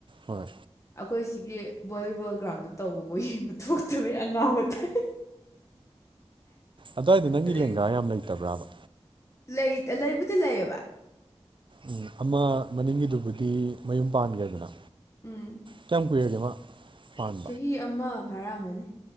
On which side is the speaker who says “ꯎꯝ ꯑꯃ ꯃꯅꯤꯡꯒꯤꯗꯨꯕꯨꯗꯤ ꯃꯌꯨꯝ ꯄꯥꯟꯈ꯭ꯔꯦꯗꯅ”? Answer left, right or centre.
Right